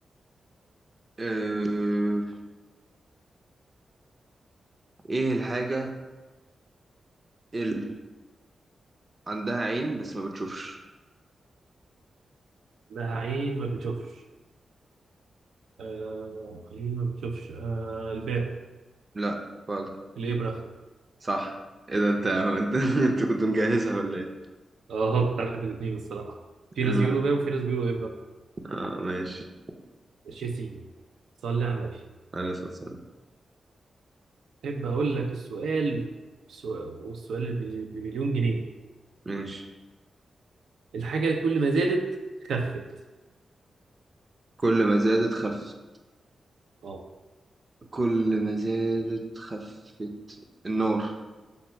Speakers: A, on the right; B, on the right.
A: آه... ايه الحاجه اللي عندها عين بس ما بتشوفش
B: ده عين ما بتشوفش آه عين ما بتشوفش آه الباب
A: لا خالص
B: الإبرة
A: صح ايه ده انت هو انت <laughs> انت كنت مجهزها ولا ايه
B: اه كنت عارف الاثنين الصراحة في
A: مم.
B: ناس بيقولوا باب وفي ناس بيقولوا إبرة
A: اه ماشي
B: ماشي يا سيدي صلي على النبي
A: عليه الصلاه والسلام
B: احب اقول لك السؤال السؤال والسؤال بملي- بمليون جنيه
A: ماشي
B: الحاجه اللي كل ما زادت خفت
A: كل ما زادت خفت
B: اه
A: كل ما زادت خفت النار